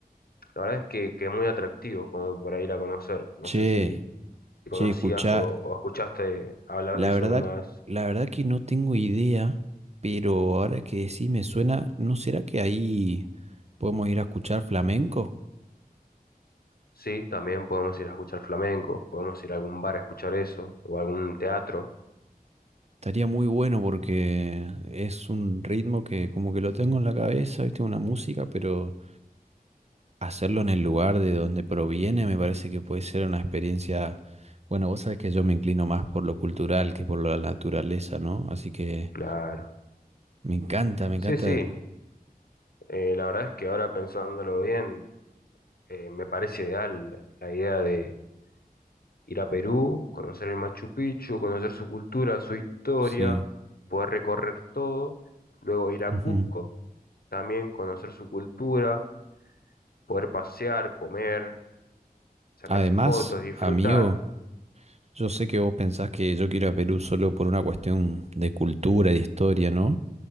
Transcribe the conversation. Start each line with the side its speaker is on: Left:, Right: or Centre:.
Left: la verdad es que, que es muy atractivo como para ir a conocer. No
Right: Che,
Left: sé si si conocías
Right: che, escuchá.
Left: o o escuchaste hablar
Right: La
Left: de eso
Right: verdad,
Left: alguna vez.
Right: la verdad que no tengo idea, pero ahora que sí me suena, ¿no será que ahí podemos ir a escuchar flamenco?
Left: Sí, también podemos ir a escuchar flamenco, podemos ir a algún bar a escuchar eso, o a algún teatro,
Right: Estaría muy bueno porque es un ritmo que como que lo tengo en la cabeza, ¿viste? Una música, pero hacerlo en el lugar de donde proviene me parece que puede ser una experiencia... Bueno, vos sabés que yo me inclino más por lo cultural que por la naturaleza, ¿no? Así que
Left: claro.
Right: me encanta, me
Left: Sí,
Right: encanta.
Left: sí, eh, la verdad es que ahora pensándolo bien, eh, me parece ideal la idea de ir a Perú, conocer el Machu Picchu, conocer su cultura, su historia,
Right: Sí.
Left: poder recorrer todo, luego ir a
Right: Ujú.
Left: Cusco, también conocer su cultura, poder pasear, comer, sacarse
Right: Además,
Left: fotos, disfrutar.
Right: amigo, yo sé que vos pensás que yo quiero ir a Perú solo por una cuestión de cultura y de historia, ¿no?